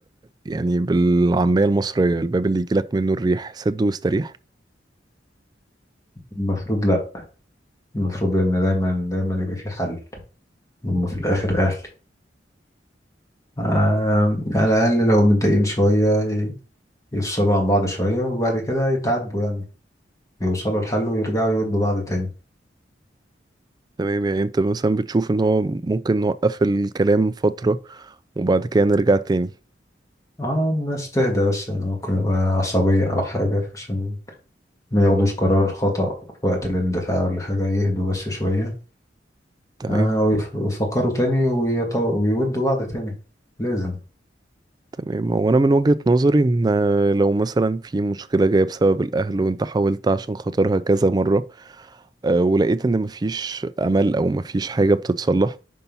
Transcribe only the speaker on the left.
المفروض لأ المفروض إن دايما دايما يبقى في حل هم في الآخر أهل آه على الأقل لو متضايقين شوية ي- يفصلوا عن بعض شوية وبعد كده يتعاتبوا يعني يوصلوا لحل ويرجعوا يودوا بعض تاني
اه الناس تهدى بس يعني ممكن يبقى عصبية أو حاجة عشان ما ياخدوش قرار خطأ في وقت الاندفاع ولا حاجة يهدوا بس شوية
آه ويف- ويفكروا تاني ويط- ويودوا بعض تاني لازم